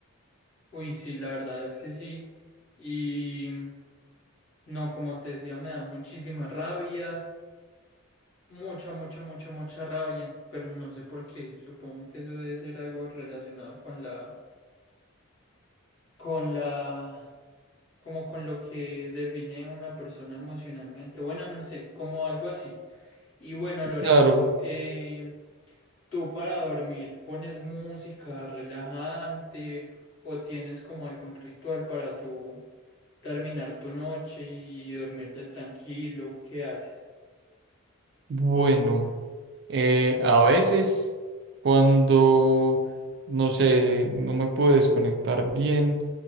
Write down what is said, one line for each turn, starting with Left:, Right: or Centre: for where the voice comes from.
Left: uy, sí, la verdad es que sí. Y no, como te decía, me da muchísima rabia, mucha, mucha, mucha, mucha rabia, pero no sé por qué. Supongo que eso debe ser algo relacionado con la con la, como con lo que define a una persona emocionalmente. Bueno, no sé, como algo así. Y bueno, Lorenzo,
Right: Claro,
Left: eh, ¿tú para dormir pones música relajante o tienes como algún ritual para tu terminar tu noche y dormirte tranquilo? ¿Qué haces?
Right: bueno, eh, a veces cuando, no sé, no me pude desconectar bien